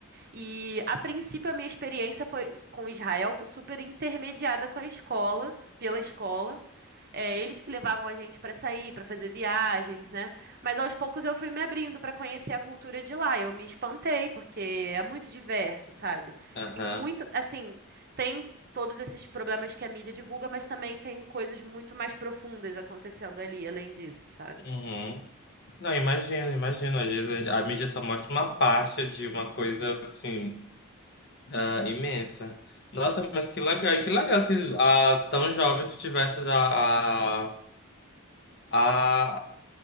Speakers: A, on the right; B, on the left.
A: E a princípio a minha experiência foi com Israel foi super intermediada com a escola, pela escola. É, eles que levavam a gente pra sair, pra fazer viagens, né? Mas aos poucos eu fui me abrindo pra conhecer a cultura de lá. Eu me espantei, porque é muito diverso, sabe?
B: Aham,
A: Tem muito, assim, tem todos esses problemas que a mídia divulga, mas também tem coisas muito mais profundas acontecendo ali, além disso, sabe?
B: uhum. Não, imagino, imagino. Às vezes
A: Uhum,
B: a mídia só mostra uma parte de
A: Sim.
B: uma coisa, assim, ah, imensa. Nossa, mas que legal. E que legal que ah, tão jovem tu tivesses a, a, a,